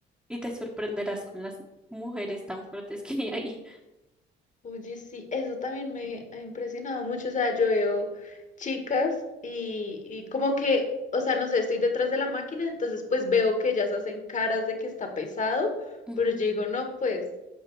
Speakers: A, in the centre; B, on the left.
A: y te sorprenderás con las mujeres tan fuertes que hay ahí.
B: Oye, sí, eso también me ha impresionado mucho. O sea, yo veo chicas y, y como que, o sea, no sé, estoy detrás de la máquina, entonces pues veo que ellas hacen caras de que está pesado,
A: Ujú.
B: pero yo digo, no, pues,